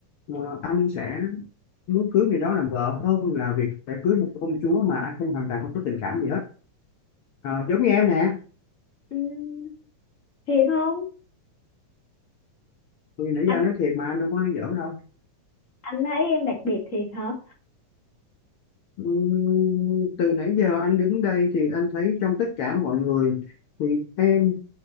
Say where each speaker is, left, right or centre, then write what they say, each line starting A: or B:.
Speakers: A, on the left (about 70°); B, on the left (about 25°).
A: ờ, anh sẽ muốn cưới người đó làm vợ hơn là việc phải cưới một công chúa mà anh không hoàn toàn không có tình cảm gì hết à, giống như em nè
B: Ừm, thiệt không
A: thì nãy
B: anh
A: giờ nói thiệt mà anh đâu có nói giỡn đâu
B: anh thấy em đặc biệt thiệt hả
A: Ừm, từ nãy giờ anh đứng đây thì anh thấy trong tất cả mọi người thì em